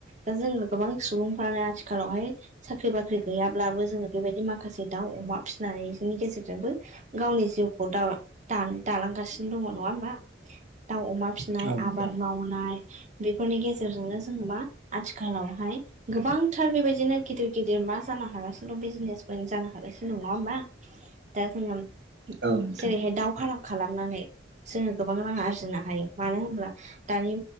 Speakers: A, on the right (about 40°); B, on the right (about 70°).
A: दा जों गोबां सुबुंफ्रानो आथिखालावहाय साख्रि बाख्रि गैयाब्लाबो जोङो बेबायदि माखासे दाउ अमा फिसिनानै जोंनि गेजेरजोंबो गावनि जिउखौ दा दालांगासिनो दङ नङा होमबा दाउ अमा फिसिनाय
B: औ नोंथां
A: आबाद मावनाय बेफोरनि गेजेरजोंनो जोङो मा‌ आथिखालावहाय गोबांथार बेबायदिनो गिदिर गिदिर मा जानो हागासिनो दं बिजनेसमेन जानो हागासिनो दं नङा होमबा दा जोंहा
B: औ नोंथां
A: जेरैहाय दाव फाराम खालामनानै जोङो गोबां रां आरजिनो हायो मानो होनब्ला दानि